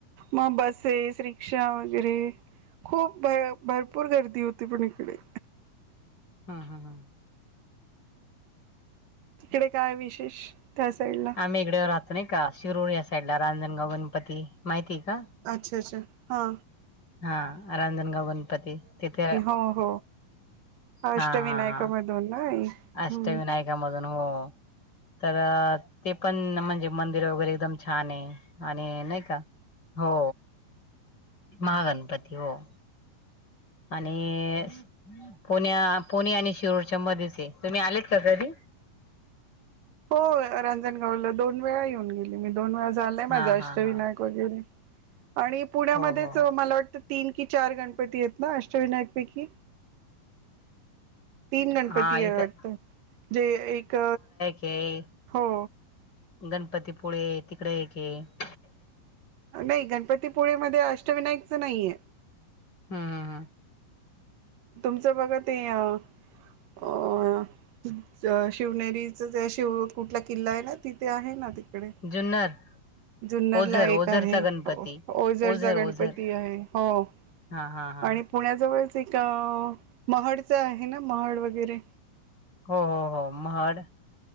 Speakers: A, on the right; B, on the left.
A: मग बसेस, रिक्षा वगैरे खूप भ भरपूर गर्दी होती पण इकडे.
B: हम-हम-हम.
A: तिकडे काय विशेष त्या साईड ला.
B: मी ईकडे राहते नाही का शिरोर या साईड ला रांजणगाव गणपती माहितीय का?
A: अच्छा अच्छा हा.
B: हा रांजणगाव गणपती तिथे
A: अ हो. अष्टविनायकामधून
B: हा-हा-हा
A: ना हे.
B: अष्ट
A: हम्म.
B: विनायकामधून हो. तर ते पण म्हणजे मंदिर वगैरे एकदम छान आहे आणि नाही का का हो महागणपती हो. आणि पुण्या पुणे आणि शिरोरच्या मध्येच तुम्ही आलेत का कधी?
A: हो रांजणगावला दोन वेळा येऊन गेले. मी दोन वेळा झालाय माझ
B: हा
A: अष्टविनायक
B: हा हा
A: वगैरे आणि पुण्यामध्येच
B: हो हो
A: मला वाटत तीन की चार गणपती आहेत ना अष्टविनायक पैकी तीन गणपती
B: हा
A: आहे
B: इथं
A: वाटत, जे एक
B: हे
A: हो.
B: गणपतीपुळे तिकडे एक आहे.
A: नाही गणपतीपुळे मध्ये अष्टविनायकचं नाहीये.
B: हम-हम-हम
A: तुमचं बघा ते अ अ शिवनेरीच जे शिव कुठला किल्ला आहे ना तिथे आहे ना. तिकडे
B: जुन्नर.
A: जुन्नरला
B: ओझर
A: एक
B: ओझरचा
A: आहे
B: गणपती
A: ओझरचा
B: ओझर,
A: गणपती
B: ओझर.
A: आहे हो
B: हा-हा-हा.
A: आणि पुण्याजवळच आहे का? महाडच आहे ना महाड वगैरे
B: हो-हो-हो महड